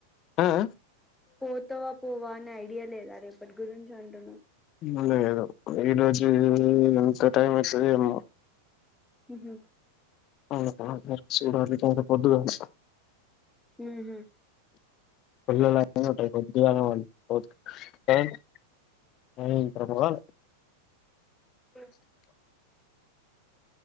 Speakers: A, on the left; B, in the centre.
A: ఆ ఆ
B: పోతవా పోవా నా ఐడియా లేదా రేపటి గురించి అంటున్నా
A: మల్లగద ఈ రోజు <inaudible> కా టైం వస్తదో ఏమో
B: ఊహూ
A: వాళ్ళ <inaudible> చూడాలి కదా పొద్దుగాల
B: ఉహు
A: పిల్లలు అలవాటు <inaudible> ఓక్ ఏంటి ఏమైంది పరపరవాల
B: ఉ